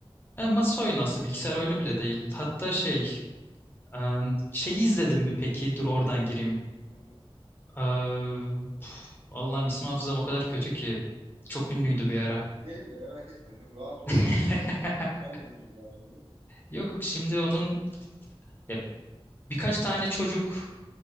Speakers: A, on the left (about 20°); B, on the right (about 75°).
A: Yani masa oyunu aslında bilgisayar oyunu bile değil. Hatta şey, e, şeyi izledim mi peki? Dur oradan gireyim.
B: Hı hı.
A: E, pf, Allah'ım isim hafızam o kadar kötü ki. Çok ünlüydü bir ara.
B: Benim de merak etme. Çok rahat ol. Sakin
A: <laughs>
B: ol. Ben de unuturum her şeyi.
A: Yok şimdi onun ya, birkaç tane çocuk